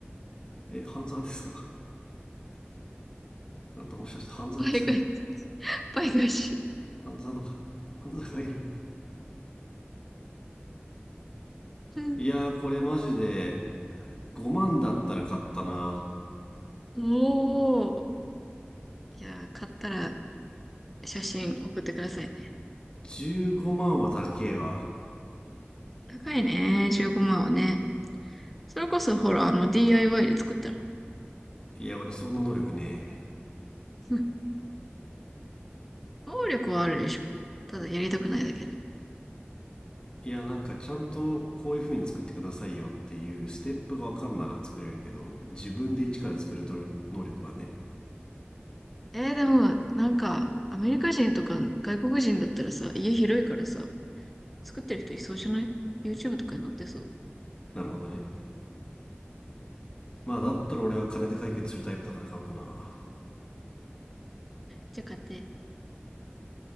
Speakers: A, on the left (about 20°); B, in the centre.
A: れえ半沢ですかあなたもしかして半沢ですか
B: 倍返し、倍返し。
A: 半沢とか半沢がいる
B: うん
A: いやーこれマジで5万だったら買ったな
B: おー。いや買ったら写真送ってくださいね。
A: 15万は高えわ
B: 高いね、15万はね。それこそ、ほら、あの、DIY で作ったら。
A: いや俺そんな能力ねえ
B: <laughs> 能力はあるでしょ。ただ、やりたくないだけで。
A: いやなんかちゃんとこういう風に作ってくださいよっていうステップが分かんなら作れるけど自分で一から作る能力はね
B: えーでも、なんか、アメリカ人とか外国人だったらさ、家広いからさ、作ってる人いそうじゃない ?YouTube とかに載ってそう。
A: なるほどねまあだったら俺は金で解決するタイプだから買うかな
B: じゃあ買って。